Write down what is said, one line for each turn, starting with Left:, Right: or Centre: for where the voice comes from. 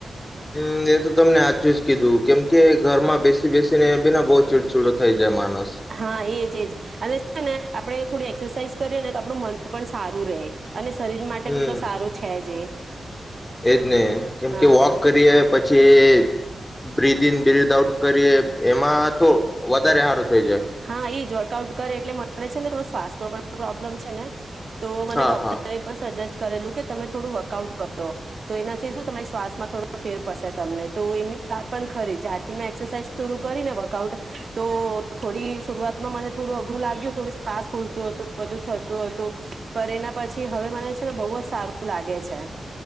Left: હમ એ તો તમને હાચું જ કીધું કેમ કે ઘરમાં બેસી બેસીને બીને બહુ ચીડચીડો થઈ જાય માનસ
Right: હા એજ એજ અને ને આપડે થોડું એક્સરસાઇઝ કરીએ ને તો આપડું મન પણ સારું રહે. અને શરીર માટે
Left: હમ
Right: તો સારું છે જ એ
Left: એજ ને કેમ
Right: હા
Left: કે વોક કરીએ પછી બ્રિદિન બ્રિથ આઉટ કરીએ એમાં તો વધારે
Right: હ
Left: સારું થઈ જાય
Right: હા એ જ વર્કઆઉટ કરે એટલે મને છે ને થોડો શ્વાસ ન પણ પ્રોબ્લેમ છે ને તો મને
Left: હા
Right: ડોક્ટરે
Left: હા
Right: પણ સજેસ્ટ કરેલું કે તમે થોડું વર્કઆઉટ કરો તો એનાથી શું તમારી શ્વાસમાં થોડો ફેર પડશે તમને તો એમની વાતપણ ખરી જ્યારથી મે એક્સરસા શ કરીને વર્કઆઉટ તો થોડી શરૂઆતમાં મને થોડું અઘરું લાગ્યું થોડું સાસ ફૂલતું હતું બધું થતું હતું પણ એના પછી હવે મને છે ને બહુ જ સારું લાગે છે.